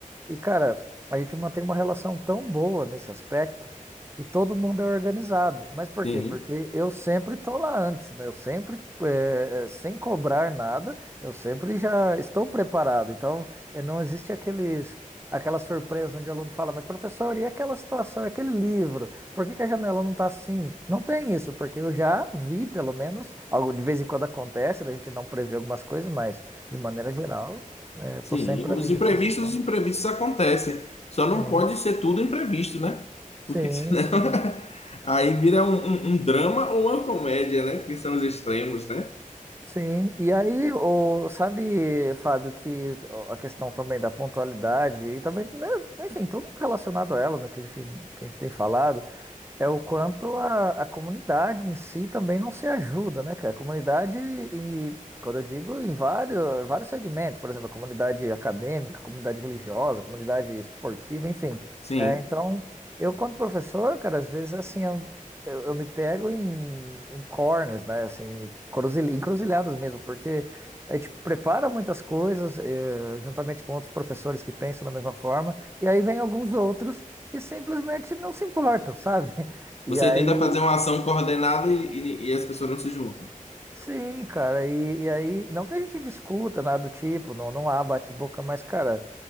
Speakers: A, on the right; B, on the left.
A: E, cara, a gente mantém uma relação tão boa nesse aspecto que todo mundo é organizado. Mas por
B: sim,
A: quê? Porque eu sempre tô lá antes, né? Eu sempre, eh, eh, sem cobrar nada, eu sempre já estou preparado. Então, eh, não existe aqueles, aquela surpresa onde o aluno fala, mas professor, e aquela situação, aquele livro? Por que que a janela não está assim? Não tem isso, porque eu já vi, pelo menos, algo de vez em quando acontece, da gente não prever algumas coisas, mas de maneira geral, eh, eu
B: sim.
A: tô sempre
B: Os
A: ali,
B: imprevistos,
A: antecipando.
B: os imprevistos acontecem. Só não
A: Sim.
B: pode ser tudo imprevisto, né? Porque
A: Sim,
B: senão
A: sim.
B: <laughs> aí vira um, um- um drama ou uma comédia, né? Que são os extremos, né?
A: Sim. E aí, o, sabe, Fábio, que a questão também da pontualidade e também, né, enfim, tudo relacionado a ela, né, que a gente, que a gente tem falado. É o quanto a, a comunidade em si também não se ajuda, né, cara? A comunidade, e quando eu digo em vários, vários segmentos, por exemplo, a comunidade acadêmica, a comunidade religiosa, a comunidade esportiva, enfim.
B: Sim.
A: É, então, eu, quando professor, cara, às vezes assim, eu, eu- eu me pego em, em corners, né? Assim, cruzil- encruzilhadas mesmo, porque a gente prepara muitas coisas, eh, juntamente com outros professores que pensam da mesma forma, e aí vem alguns outros que simplesmente não se importam, sabe? <laughs> E
B: Você
A: aí,
B: tenta fazer uma ação coordenada e, e- e as pessoas não se juntam.
A: sim, cara, e, e aí, não que a gente discuta nada do tipo, não, não há bate-boca, mas, cara,